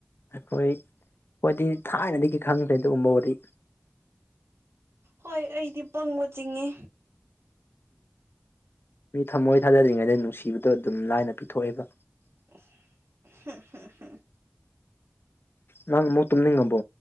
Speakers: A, on the left; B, on the right.
A: ꯑꯩꯈꯣꯏ ꯈꯣꯏꯗꯤ ꯊꯥꯏꯅꯗꯒꯤ ꯈꯪꯈ꯭ꯔꯦ ꯑꯗꯨꯒꯨꯝꯕ ꯋꯥꯔꯤ꯫
B: ꯍꯣꯏ ꯑꯩꯗꯤ ꯄꯪꯕ ꯆꯤꯡꯉꯦ꯫
A: ꯃꯤ ꯊꯝꯃꯣꯏ ꯊꯥꯖꯗ꯭ꯔꯤꯉꯩꯗ ꯅꯨꯡꯁꯤꯕꯗꯣ ꯑꯗꯨꯝ ꯂꯥꯏꯅ ꯄꯤꯊꯣꯛꯑꯦꯕ꯫
B: <unintelligible>
A: ꯅꯪ ꯑꯃꯨꯛ ꯇꯨꯨꯝꯅꯤꯡꯑꯕꯣ꯫